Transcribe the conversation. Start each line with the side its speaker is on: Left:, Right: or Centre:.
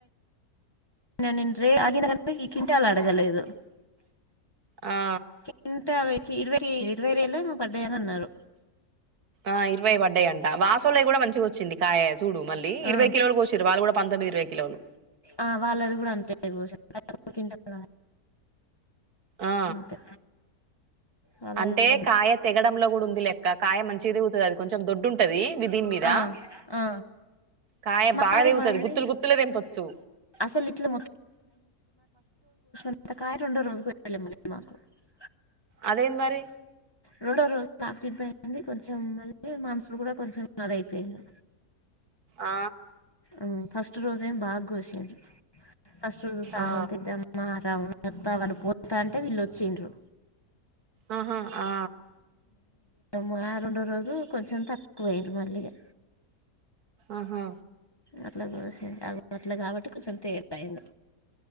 Left: ననిన్ రీ ఆగన ఈ కింటాలు అడగలేదు
Right: ఆ
Left: కింటావి ఇరవై ఇరవై వేలొ ఏమొ పడ్డాయనన్నారు
Right: ఆ ఇరవై వడ్డాయంట వాసోల్లయ్ కుడ మంచిగా వచ్చింది కాయ చూడు మళ్ళీ ఇరవై
Left: ఆ
Right: కిలోలు వచ్చరారు వాళ్ళు కూడా పంతొమ్మిది ఇరవై కిలోలు
Left: ఆ వాళ్ళది కూడా అంతే క్వింటాల్
Right: ఆ
Left: అంతే వాళ్ళది
Right: అంటే
Left: కూడా
Right: కాయ తెగడంలో గుడ ఉందిలె అక్క కాయ మంచిగ తేగుతది అది కొంచెం దొడ్డుంటది వి దీని మీద
Left: ఆ ఆ
Right: కాయ
Left: మాది
Right: బాగ తెగుతది
Left: మళ్ళీ
Right: గుత్తులు గుత్తుల్గ దెంపచ్చు
Left: అసలు ఇట్లా అంతకాయ రెండ రోజుకు <inaudible> <unintelligible>
Right: అదేంద్మరి
Left: రొండొ రోజు <inaudible> కొంచెం మళ్ళీ మనుషులు కూడా కొంచెం అది అయిపోయింది
Right: ఆ
Left: ఉ ఫస్ట్ రోజేంమో బాగ కోసిండ్రు ఫస్ట్ రోజు సామా
Right: ఆ
Left: పెద్దామ్మా రా త్త వాళ్ పోత్తాంటే వీళ్ళొచ్చిండ్రు
Right: ఆహా ఆ
Left: మ్ రెండో రోజు కొంచెం తక్ పొయిర్రు మల్లిగా
Right: ఆహా
Left: అట్లగోసిర్ర అట్ల కాబట్టి కొంచెం తేట్ అయింది